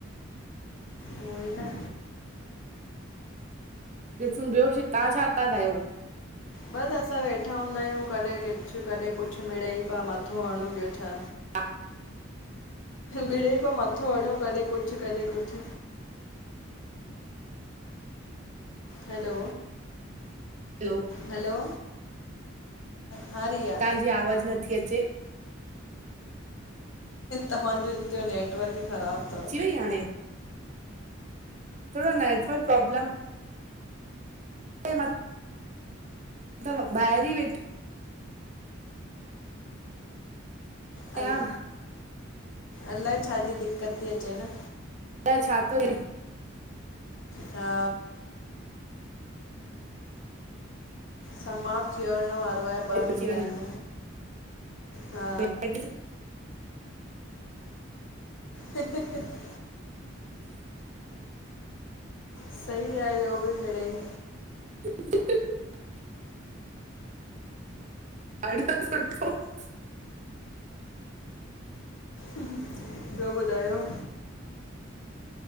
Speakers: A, on the left; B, on the right.
A: उहोई न
B: ॾिसूं ॿियो, तां छा था कयो?
A: बसि असां वेठा हूंदा आहियूं। कॾहिं कुछु- कॾहिं कुछु मिड़े ई पिया मथो हणूं ॿियो छा?
B: हा
A: मिड़ई प्या मत्थों हड़ू, कॾहि कुछ कॾहि कुछ। हलो
B: हलो
A: हलो, हा रिया
B: जीं आवाज नथी अचे। चे
A: तव्हांजो हिते जों नेटवर्क ई ख़राब
B: अची वई हाणे? थोरो नेटवर्क प्रॉब्लम अलाए मां त, ॿाहिर ई वेठ आहियां
A: अल, अलाए छाजी दिक्कत थी अचे न?
B: अलाए छातों थे?
A: हा समाप्त थियणु वारो आहे ॿ मिंट
B: अची
A: आहिन, हा।
B: वञे
A: हि-हि। <unintelligible> सही आ ईयो बि मिड़ेई।
B: <inaudible> अिस सु <unintelligible>
A: ॿियो ॿुधायो?